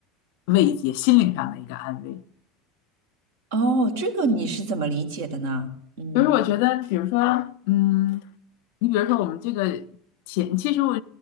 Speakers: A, on the left; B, on the right.
A: 慰藉，心灵上的一个安慰。
B: 哦，这个你是怎么理解的呢？嗯，
A: 就是我觉得，比如说，嗯，你比如说我们这个钱，其实我